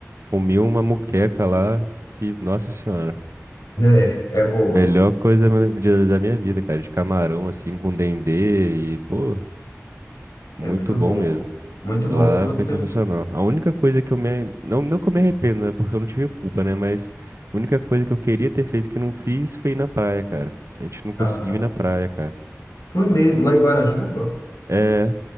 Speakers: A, on the right; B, on the left.
A: Comi uma muqueca lá que, nossa senhora.
B: É, é boa.
A: Melhor coisa da minha de- da minha vida, cara, de camarão assim com dendê e, pô, muito
B: É muito
A: bom
B: bom.
A: mesmo.
B: Muito bom.
A: Lá
B: Se você.
A: foi sensacional. A única coisa que eu me. Não, não que eu me arrependo, né? Porque eu não tive culpa, né? Mas a única coisa que eu queria ter feito que eu não fiz foi ir na praia, cara. A gente não conseguiu
B: Ah,
A: ir na praia, cara.
B: fui mesmo lá em Guarajuba?
A: É,